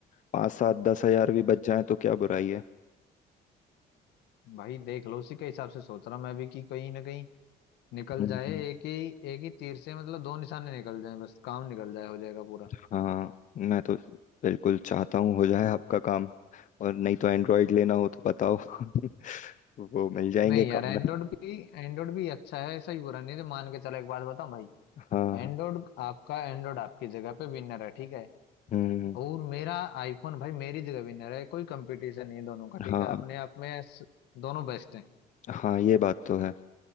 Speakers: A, on the left (about 50°); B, on the left (about 80°).
A: पाँच सात दस हजार भी बच जाए तो क्या बुराई है
B: भाई देख लो उसी के हिसाब से सोच रहा हूँ मैं भी कि कहीं ना कहीं निकल
A: हम्म।
B: जाए एक ही एक ही तीर से मतलब दो निशाने निकल जाए बस काम निकल जाए हो जाएगा पूरा
A: हाँ मैं तो बिल्कुल चाहता हूँ हो जाए आपका काम और नहीं तो एंड्रॉयड लेना हो तो बताओ <laughs> वो मिल जाएंगे
B: नहीं यार
A: कम
B: एंड्रॉइड
A: में
B: भी एंड्रॉइड भी अच्छा है ऐसा ही बुरा नहीं है तो मान के चलो एक बात बताऊँ भाई
A: हाँ
B: एंड्रॉइड आपका एंड्रॉइड आपकी जगह पे विनर है ठीक है
A: हम्म
B: और मेरा आईफोन भाई मेरी जगह विनर है कोई कंपटीशन नहीं है दोनों का
A: हाँ
B: ठीक है अपने आप में स- दोनों बेस्ट हैं
A: हाँ ये बात तो है